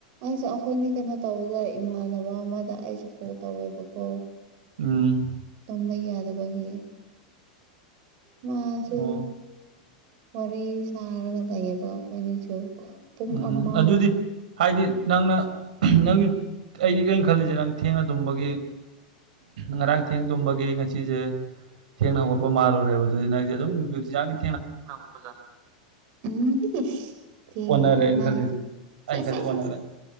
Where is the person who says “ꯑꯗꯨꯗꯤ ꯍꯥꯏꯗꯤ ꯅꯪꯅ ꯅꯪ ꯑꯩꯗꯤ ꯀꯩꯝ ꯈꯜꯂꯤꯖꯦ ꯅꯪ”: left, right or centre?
Right